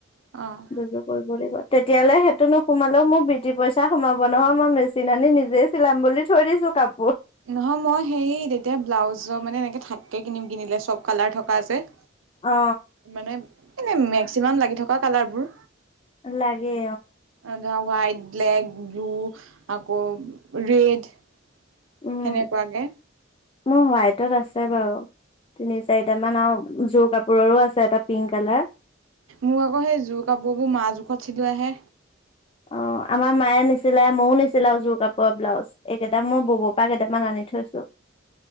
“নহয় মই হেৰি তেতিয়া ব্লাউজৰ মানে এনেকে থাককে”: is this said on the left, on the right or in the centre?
Right